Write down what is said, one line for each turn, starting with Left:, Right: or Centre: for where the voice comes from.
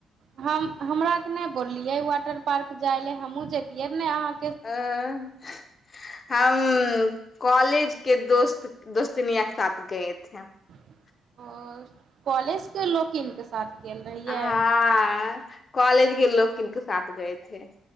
Right: हम हमारा आर के नै बोललिए वाटर पार्क जाइ ला हमहूँ जेतियै न अहाँ -
Left: ए- अ हूँ <unintelligible>
Right: हँ कॉलेज के लोकिन के साथ गेल रहियै
Left: हाँ -अ कॉलेज के लोकिन के साथ <unintelligible>